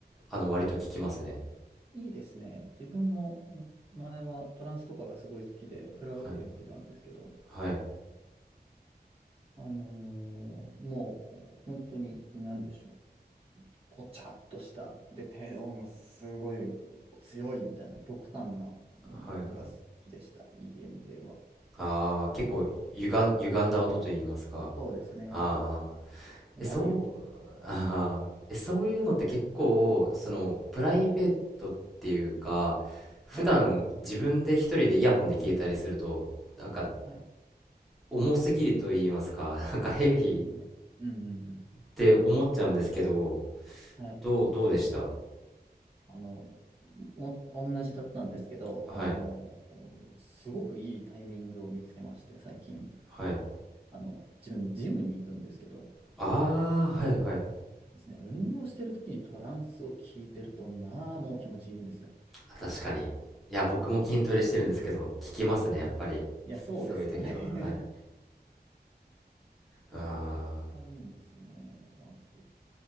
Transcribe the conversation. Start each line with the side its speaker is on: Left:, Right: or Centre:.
Centre: あの、割と聞きますね。
Right: いいですね。自分もむ前はトランスとかがすごい好きで、クラブとか行ってたんですけど、
Centre: はい。はい。
Right: あのーもう本当に何でしょう。ごちゃっとした、で、低音がすごい強いみたいな極端な音楽が好きでした。
Centre: はいはい。
Right: EDM 系は。
Centre: ああ、結構歪ん、歪んだ音と言いますか。
Right: そうですね。
Centre: ああ、
Right: 悪い音が好き。
Centre: え、そう、ああ、え、そういうのって結構、その、プライベートっていうか、普段自分で一人でイヤホンで聞いたりすると、
Right: はい。
Centre: なんか、
Right: はい。
Centre: 重すぎると言いますか、<laughs> なんかヘビーっ
Right: いますね。うんうんうん。
Centre: て思っちゃうんですけど、
Right: はい。
Centre: どう、どうでした
Right: あの、も、同じだったんですけど、
Centre: はい、
Right: あの、すごくいいタイミングを見つけまして、最近。
Centre: はい。
Right: あの、自分、ジムに行くんですけど、
Centre: ああ、はいはいはい。
Right: ですね、運動してる時にトランスを聞いてると、まあ、もう気持ちいいんですよ。
Centre: あ確かに。いや、僕も筋トレしてるんですけど、
Right: うん。
Centre: 聞きますね、
Right: はい。
Centre: やっぱり。
Right: いや、そうですよね。
Centre: そういう時は。
Right: <laughs>
Centre: はい。ああ。
Right: めちゃくちゃいいんですよね、トランス。